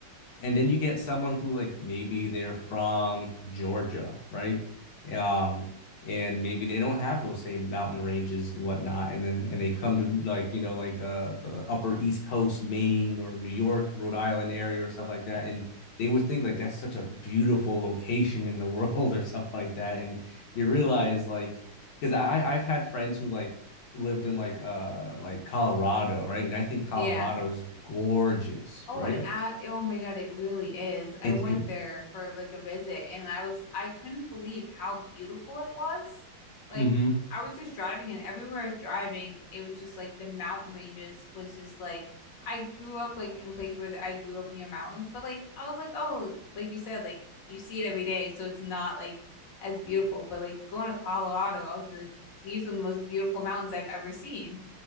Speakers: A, on the left; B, on the left.
A: and then you get someone who like maybe they're from Georgia, right? Um, and maybe they don't have those same mountain ranges and whatnot, and then and they come to like you know like uh the Upper East Coast, Maine or New York, Rhode Island area or stuff like that, and they would think like that's such a beautiful location in the <laughs> world or stuff like that, and you realize like because I I've had friends who like lived in like uh like Colorado, right? And I think Colorado
B: Yeah.
A: is gorgeous,
B: Oh,
A: right?
B: it, a oh my God, it really is. I
A: It
B: went
A: it
B: there for like a visit and I was, I couldn't believe how beautiful it was. Like,
A: hmm
B: I was just driving and everywhere I was driving, it was just like the mountain ranges was just like, I grew up like in a place where I grew up near mountains, but like, I was like, oh, like you said, like you see it every day. So it's not like as beautiful, but like going to Colorado, I was just like, these are the most beautiful mountains I've ever seen.